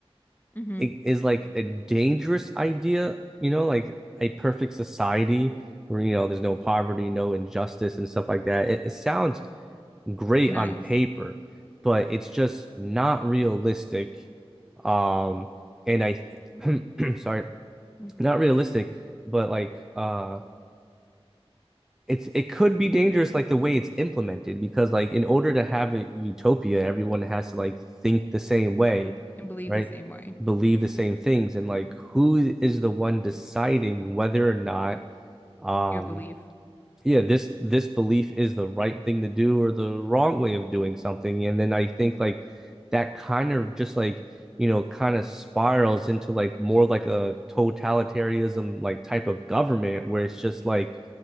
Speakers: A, on the left; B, in the centre.
A: hmm
B: i- is like a dangerous idea, you know, like a perfect society where you know there's no poverty, no injustice, and stuff like that. It, it sounds great
A: Nice.
B: on paper, but it's just not realistic. Um, and I, th <clears throat> sorry,
A: Okay.
B: not realistic, but like uh it's it could be dangerous like the way it's implemented because like in order to have a utopia everyone has to like think the same way
A: And believe
B: right
A: the same way.
B: believe the same things and like who is the one deciding whether or not um
A: Your belief.
B: yeah this this belief is the right thing to do or the wrong way of doing something and then i think like that kind of just like you know kind of spirals into like more like a totalitarianism like type of government where it's just like